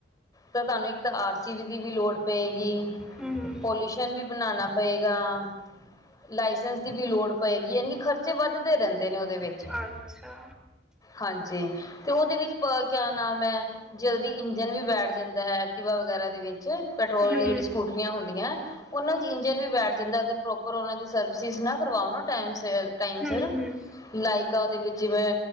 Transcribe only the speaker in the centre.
ਹੂੰ
ਅੱਛਾ
ਹੂੰ
ਹੂੰ
ਹੂੰ